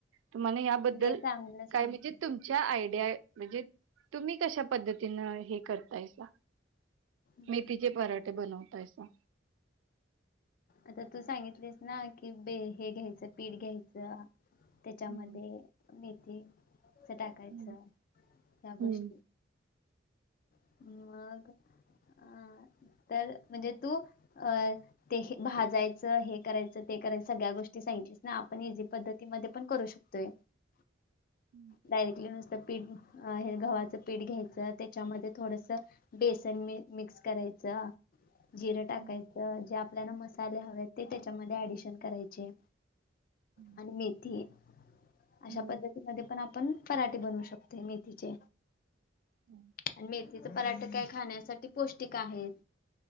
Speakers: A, on the right; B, on the left.
A: तुम्हाला याबद्दल
B: नाही चांगलं सांगितलं
A: काय म्हणजे तुम आयडिया म्हणजे तुम्ही कशा पद्धतीन हे करतायसा?
B: हम्म.
A: मेथीचे पराठे बनवतायसा.
B: आता तू सांगितलीस ना की बे हे घ्यायचं पीठ घ्यायचं त्याच्यामध्ये
A: हम्म
B: मेथीच टाकायच
A: हम्म.
B: या
A: हम्म.
B: गोष्टी ह मग
A: <inaudible>
B: अं,
A: <unintelligible>
B: तर म्हणजे तू अ ते हे भाजायचं हे करायचं ते करायचं सगळ्या गोष्टी सांगितली ना आपण इझी पद्धतीमध्ये पण करू शकतो ते <unintelligible>
A: हम्म <inaudible> <unintelligible>
B: डायरेक्टली नुसतं पीठ हे गव्हांच पीठ घ्यायच त्याच्यामध्ये थोडस बेसन मी मिक्स करायचं जिरं टाकायचं
A: हम्म.
B: ज आपल्याला मसाले हवे ते त्याच्यामध्ये ऍडिशन करायचे
A: हम्म.
B: आणि मेथी अशा
A: हम्म.
B: पद्धतीमध्ये पण आपण पराठे बनवू शकतोय मेथीचे.
A: हम् <inaudible> <unintelligible>
B: आणि मेथीचा पराठ काय खाण्यासाठी पौष्टिक आहेत.